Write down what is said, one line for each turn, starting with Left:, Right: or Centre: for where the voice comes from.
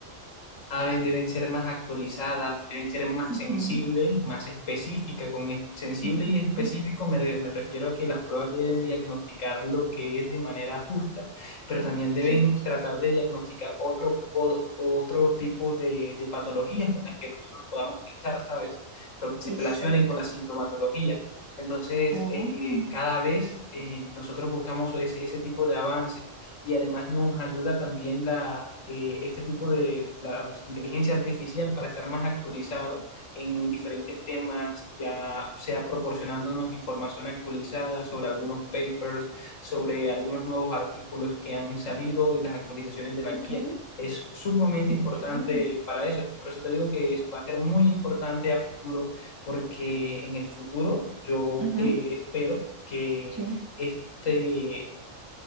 Left: aves deben ser más actualizadas, deben ser más
Right: Ujú,
Left: sensibles, más específicas. Con es- sensible
Right: ujú.
Left: y específico me, re- me refiero a que las pruebas deben diagnosticar lo que es de manera justa, pero también deben
Right: Sí,
Left: tratar de diagnosticar otro, o- otro tipo de, de patologías en las que nosotros podamos pensar, ¿sabes? Pero que se
Right: exacto.
Left: relacionen con la sintomatología. Entonces,
Right: Oh.
Left: eh, eh, cada vez eh, nosotros buscamos ese, ese tipo de avances y además nos ayuda también la, eh, este tipo de la inteligencia artificial para estar más actualizado en diferentes temas, ya sea proporcionándonos información actualizada sobre algunos papers, sobre algunos nuevos artículos que han salido y las actualizaciones de la
Right: Ok,
Left: guía. Es sumamente
Right: genial.
Left: importante para eso. Por eso te digo que es, va a ser muy importante a futuro, porque en el futuro yo
Right: Ujú,
Left: eh, espero que
Right: sí,
Left: este